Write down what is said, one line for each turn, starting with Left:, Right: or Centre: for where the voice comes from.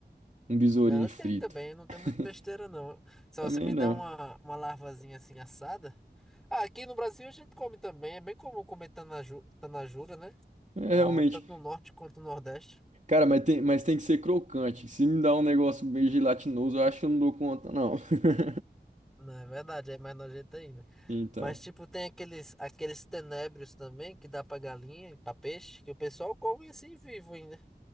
Right: um besourinho
Centre: Não, eu
Right: frito.
Centre: tenho também, não
Right: <laughs>
Centre: tem muito besteira não. Se
Right: Também
Centre: você me
Right: não.
Centre: der uma, uma larvazinha assim assada. Ah, aqui no Brasil a gente come também, é bem comum comer tanaju, tanajura, né?
Right: É
Centre: Ah,
Right: realmente.
Centre: tanto no norte quanto no nordeste.
Right: Cara, mas tem, mas tem que ser crocante. Se me dá um negócio meio gelatinoso, eu acho que eu não dou conta, não. <laughs>
Centre: Não, é verdade, é mais nojento ainda.
Right: Então.
Centre: Mas tipo, tem aqueles, aqueles tenébrios também que dá pra galinha e pra peixe, que o pessoal come assim vivo ainda.